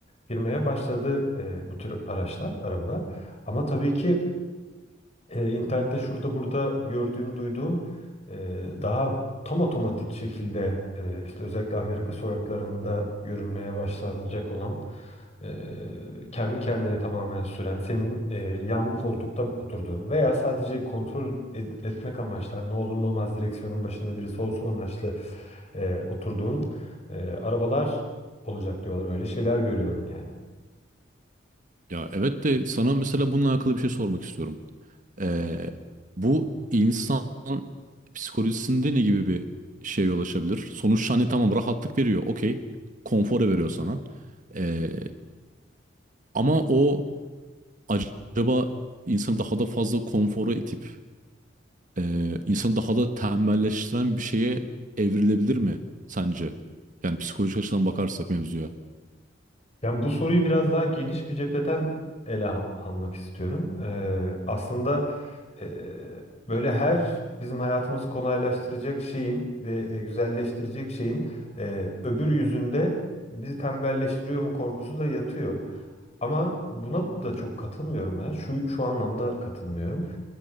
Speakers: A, on the left (about 35°); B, on the right (about 40°).
A: girmeye başladı e, bu tür araçlar, arabalar. Ama tabii ki e, internette şurada burada gördüğüm, duyduğum e, daha tam otomatik şekilde e, işte özellikle Amerika sokaklarında görülmeye başlanacak olan e, kendi kendine tamamen süren, senin e, yan koltukta oturduğun veya sadece kontrol ed- etmek amaçlı, hani ne olur ne olmaz direksiyonun başında birisi olsun amaçlı e, oturduğun e, arabalar olacak diyorlar. Öyle şeyler görüyorum yani.
B: Ya evet de sana mesela bununla alakalı bir şey sormak istiyorum. Ee, bu insan psikolojisinde ne gibi bir şeye yol açabilir? Sonuçta hani tamam rahatlık veriyor, okey. Konfora veriyor sana. Ee, ama o acaba insanı daha da fazla konfora itip e, insanı daha da tembelleştiren bir şeye evrilebilir mi sence? Yani psikolojik açıdan bakarsak mevzuya.
A: Yani bu soruyu biraz daha geniş bir cepheden ele al- almak istiyorum. Ee, aslında e, böyle her bizim hayatımızı kolaylaştıracak şeyin ve e, güzelleştirecek şeyin e, öbür yüzünde bizi tembelleştiriyor mu korkusu da yatıyor. Ama buna da çok katılmıyorum ben. Şu şu anlamda katılmıyorum.